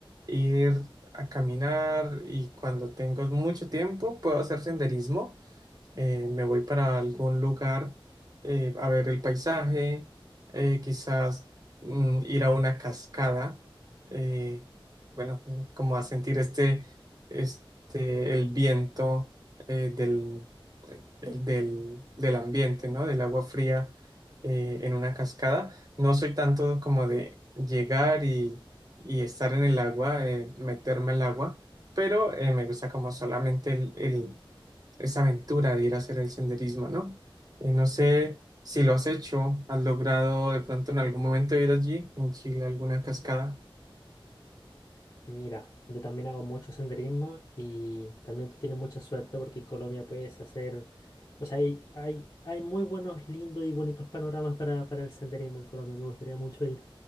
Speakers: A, on the right; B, on the left.
A: ir a caminar y cuando tengo mucho tiempo puedo hacer senderismo eh, me voy para algún lugar eh, a ver el paisaje, eh, quizás mm, ir a una cascada, eh, bueno, como a sentir este, este, el viento eh, del, el del, del ambiente, ¿no? Del agua fría eh, en una cascada. No soy tanto como de llegar y, y estar en el agua, eh, meterme al agua, pero eh, me gusta como solamente el el- esa aventura de ir a hacer el senderismo, ¿no? Eh, no sé si lo has hecho, has logrado de pronto en algún momento ir allí, en Chile, a alguna cascada.
B: Mira, yo también hago mucho senderismo y también tú tienes mucha suerte porque en Colombia puedes hacer, o sea, hay, hay, hay muy buenos, lindos y bonitos panoramas para, para el senderismo en Colombia, me gustaría mucho ir.